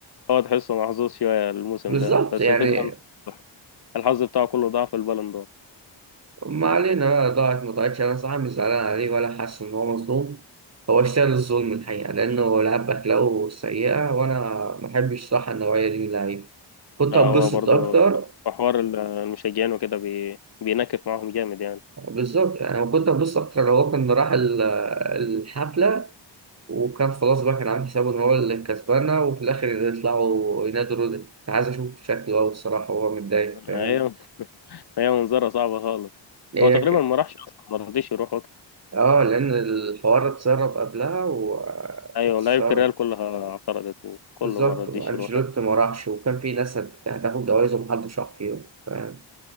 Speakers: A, on the left; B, on the right.
A: هو تحسه محظوظ شوية الموسم
B: بالظبط
A: ده بس
B: يعني
A: الفكرة إن الحظ بتاعه كله ضاع في البالون دور
B: ما علينا بقى ضاعت ما ضاعتش انا صراحة مش زعلان عليه ولا حاسس ان هو مظلوم هو اشتغل الظلم الحقيقة لأنه لعب بأخلاقه سيئة وأنا ما بحبش صح النوعية دي من اللعيبة كنت
A: لا
B: هتبسط
A: هو برضه
B: أكتر
A: في حوار ال- المشجعين وكده بي... بينكف معاهم جامد يعني
B: بالظبط يعني انا كنت هبص اكتر لو هو كان راح ال- الحفله وكان خلاص بقى كان عامل حسابه ان هو اللي كسبانه وفي الاخر يطلعوا ينادوا رودن انا عايز اشوف شكله قوي الصراحه وهو متضايق فاهم
A: أيوة هي منظرة صعبة خالص
B: هي
A: هو تقريبا
B: ك-
A: ما راحش أصلا ما رضيش يروح وقت
B: اه لان الحوار اتسرب قبلها واتسرب
A: أيوة لعيبة الريال كلها اعترضت وكله
B: بالظبط
A: ما رضيش
B: انشيلوتي
A: يروح
B: ما راحش وكان في ناس هت- هتاخد جوائز ومحدش راح فيهم فاهم